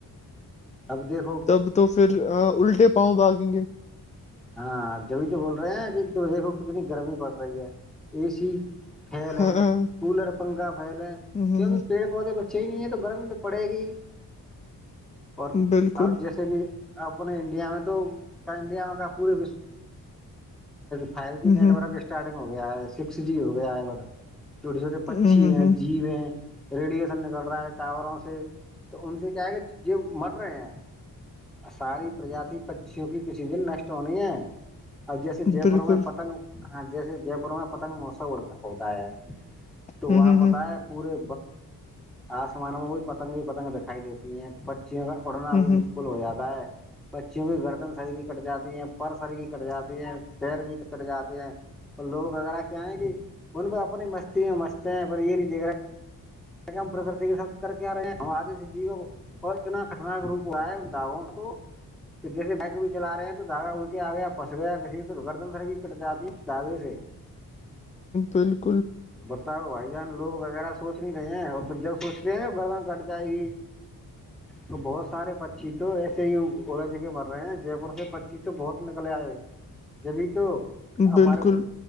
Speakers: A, in the centre; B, on the left.
A: اب دیکھ
B: تب تو پھر الٹے پاؤں بھاگیں گے
A: ہاں جبھی تو بول رہے ہیں کہ دیکھو کتنی گرمی پڑ رہی ہے اے سی پھیلیں
B: ہاں
A: کولر پنکھا پھیلیں
B: ہوں ہوں
A: کیونکہ پیڑ پودے بچے ہی نہیں ہے تو گرمی تو پڑے گی ہی
B: ہوں
A: اور
B: بالکل
A: اب جیسے کہ اپنے انڈیا میں تو انڈیا میں کا پورے فائیل کی
B: ہ
A: نیٹ
B: ہ
A: ورک اسٹارٹنگ ہو گیا ہے سکس دی ہو گیا ہے بتا چھوٹے چھوٹے پچھی
B: ہ
A: ہیں
B: ہ
A: جیو ہیں ریڈیشن نکل رہا ہے ٹاوروں سے تو ان سے کیا ہے کہ جو مر رہے ہیں ساری پرجاتی چونکہ کسی دن نشٹ ہونی ہے اب جیسے جے
B: بالکل
A: پور میں پتنگ ہاں جیسے جے پور میں پتنگ موسم اڑتا ہوتا ہے تو
B: ہ
A: وہاں
B: ہ
A: پتا ہے پورے آسمانوں میں وہی پتنگ ہی پتنگ کھائی دیتی ہیں تو پچیوں کا اڑنا
B: ہ
A: بھی مشکل
B: ہ
A: ہو جاتا ہے پچیوں کی گردن صحیح کی کٹ جاتی پر سر بھی کٹ جاتی ہے پیر بھی کٹ جاتے ہیں تو لوگ وغیرہ کیا ہے کہ ان کو اپنی مستی میں مست ہیں پر یہ نہیں دیکھ رہے ہیں ہم پرکرتی کے ساتھ کر کیا رہے ہیں اور آدھی سی اور اتنا خترناک روپ ہوا ہے ان درختوں تو کہ جیسے بائک بھی چلا رہے ہیں تو داگا اڑ کے آگیے پھس گیا کسی تو گردن سر بھی کٹ جاتی ہے اس داغے سے
B: بلکل <inaudible>
A: بتاؤ بھائی جان لوگ وغیرہ سوچ نہیں رہے ہیں اور تو جب سوچ رہے ہیں گردن کٹ جائے گی تو بہت سارے پکچھی تو ایسے ہی الج کے مر رہے ہیں جے پور سے پکچھی تو بہت نکل کے آئے تبھی تو ہمار
B: بالکل